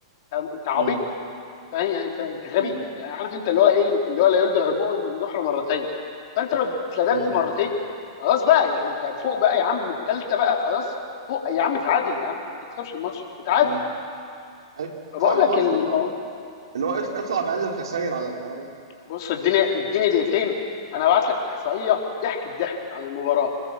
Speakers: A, on the left; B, on the right.
A: يعني انت عبيط
B: مم.
A: فاهم يعني انت انت غبي
B: مم.
A: يعني عارف انت اللي هو ايه اللي هو لا يلدغ المؤمن من جحر مرتين فانت لو اتلدغت
B: مم.
A: مرتين خلاص بقى يعني انت فوق بقى يا عم التالتة بقى خلاص فوق يا عم اتعادل يا عم ما تكسبش الماتش اتعادل
B: مم. أي-
A: فبقول
B: فاهم
A: لك
B: قصدك
A: المو...
B: اه اللي هو اطل- اطلع بأقل الخسائر على الأقل
A: بص اديني اديني دقيقتين انا هبعت لك احصائية ضحك الضحك عن المباراة